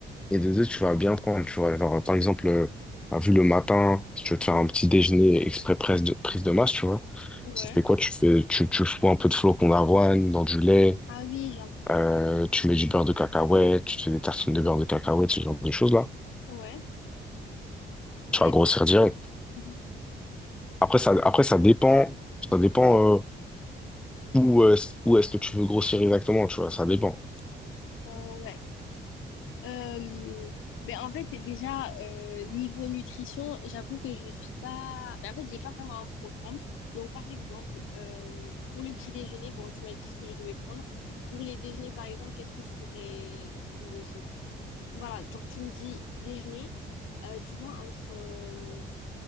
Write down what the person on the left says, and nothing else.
Mhm.
ouais,
ah oui, j'apprends,
ouais, ben,
Mhm.
euh, ouais. Euh, ben, en fait, c'est déjà euh, niveau nutrition, j'avoue que je suis pas, ben, en fait, j'ai pas vraiment un programme. Donc, par exemple, euh, pour le petit déjeuner, bon, tu m'as dit ce que je devais prendre. Pour les déjeuners, par exemple, qu'est-ce que je pourrais privilégier? Voilà, genre, tu me dis déjeuner, euh, tu vois, entre euh,